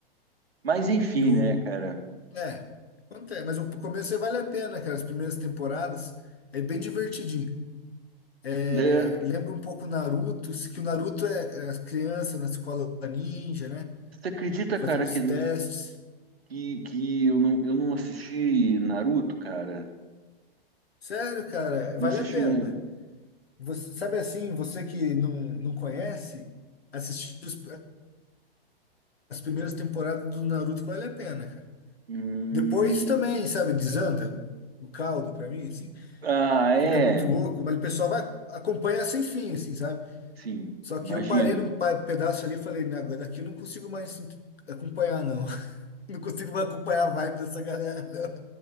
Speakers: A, on the right; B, on the left.
A: Mas enfim,
B: e o...
A: né, cara?
B: É, acontece, mas o começo é- vale a pena, cara, as primeiras temporadas é bem divertidinho. É,
A: É,
B: lembra um pouco o Naruto, que o Naruto é é as crianças na escola ninja, né,
A: você acredita,
B: fazendo
A: cara,
B: os
A: que
B: testes.
A: que, que eu não, eu não assisti Naruto, cara.
B: Sério, cara,
A: Não
B: vale
A: assisti.
B: a pena.
A: Na...
B: Você, sabe assim, você que não, não conhece, assistir os- as primeiras temporadas do Naruto vale a pena, cara.
A: Hum,
B: Depois também, sabe, desanda o caldo pra mim, assim,
A: Ah, é.
B: fica muito louco, mas o pessoal vai acompanha sem fim, assim, sabe?
A: Sim,
B: Só que
A: imagino.
B: eu parei num pa- pedaço ali e falei, não, agora daqui eu não consigo mais ent- acompanhar, não. <laughs> Não consigo mais acompanhar a vibe dessa galera, não.